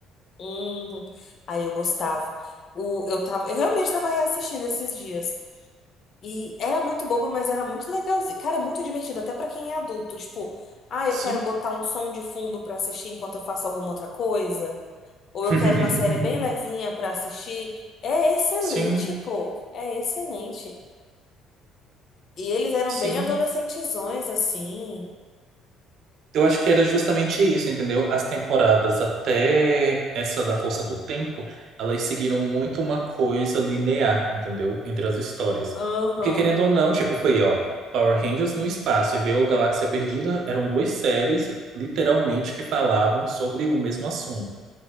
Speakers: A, on the left; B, on the right.
A: Uhum. Aí eu gostava. O, eu tava, eu realmente tava reassistindo esses dias. E era muito bobo, mas era muito legalzinho. Cara, é muito divertido, até pra quem é adulto. Tipo, ah,
B: Sim,
A: eu quero botar um som de fundo pra assistir enquanto eu faço alguma outra coisa. Ou
B: <laughs>
A: eu quero uma série bem levinha pra assistir. É excelente,
B: sim,
A: pô. É excelente. E eles eram
B: sim.
A: bem adolescentezões, assim.
B: Eu acho que era justamente isso, entendeu? As temporadas até essa da Força do Tempo, elas seguiram muito uma coisa linear, entendeu? Entre as histórias.
A: Aham,
B: Porque querendo ou não, tipo, foi, ó, Power Rangers no espaço e veio Galáxia Perdida, eram duas séries, literalmente, que falavam sobre o mesmo assunto.